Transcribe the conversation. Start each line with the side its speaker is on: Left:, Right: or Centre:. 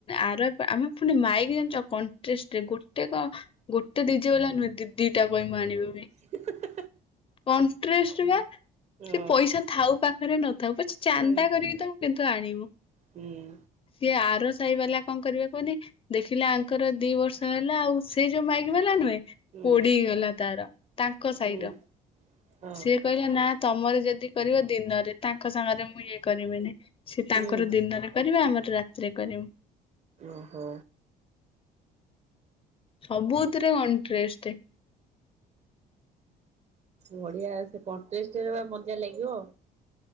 Left: ଆର ଆମେ ପୁଣି ମାଇକ୍ ଜାଣିଛ କଣ୍ଟେଷ୍ଟରେ ଗୋଟେକ ଗୋଟେ ଡିଜେ ବଲା ନୁହେଁ ଦିଟା କହି ମୁଁ ଆଣିବି?
Right: ହୁଁ ହୁଁ ହୁଁ।
Left: କଣ୍ଟ୍ରେଷ୍ଟ ପା ସେ
Right: ଓ
Left: ପଇସା ଥାଉ ପା ହରେ ନ ଥାଉ ପଛେ ଚାନ୍ଦା
Right: ହୁଁ
Left: କରିକି ତମ କେ ତୁ ଆଣିବୁ।
Right: ହୁଁ
Left: ସିଏ ଆର ସାହିବାଲା କଁ କରିବେ କୁହନି ଦେଖିଲା ଆଙ୍କର ଦି ବର୍ଷ ହେଲା ଆଉ ସେ ଯୋଉ ମାଇକ ବାଲା ନୁହେଁ
Right: ହୁଁ
Left: ପୋଡିି଼ଗଲା ତାର ତାଙ୍କ ସାଇର
Right: ହୁଁ ହଁ
Left: ସିଏ କହିଲା ନାଁ ନାଁ ତମର ଯ ଦି କରିବ ଦିନରେ ତାଙ୍କ ସାଙ୍ଗରେ ମୁଁ ଇଏ କରିମିନି ସିଏ
Right: ହୁଁ
Left: ତାଙ୍କର ଦିନରେ କରିବେ ଆମର ରାତିରେ କରିମୁ।
Right: ଓହୋ।
Left: ସବୁଥିରେ କଣ୍ଟ୍ରେଷ୍ଟ।
Right: ବଢ଼ିଆ ଆଉ ସେ କଣ୍ଟ୍ରେଷ୍ଟରେ ପା ମଜା ଲାଗିବ।